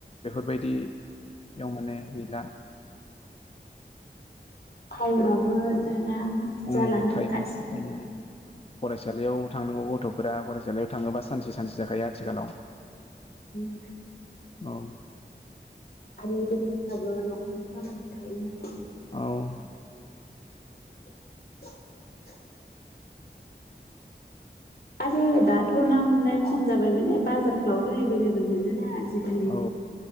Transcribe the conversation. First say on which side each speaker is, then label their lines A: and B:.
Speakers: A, on the left; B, on the left.
A: बेफोरबाइदियाव माने गैयला।
B: टाइमाबो दाना
A: उम
B: जालाना
A: टाइमाबो
B: गासिबो
A: उम फरायसालियाव थांनांगौ गथ'फोरा फरायसालियाव थांङोबा सानसे सानसे जाखायो आथिखालाव।
B: उम
A: औव
B: आरो गेेदेरफोराबो न'खरनि खामानि थायो नालाय
A: औव
B: <inaudible> आरो दाथ' ना हमनाया खम जाबाय माने बाजारफ्रावनो एभेलेबल मोनो ना आजिखालि
A: औ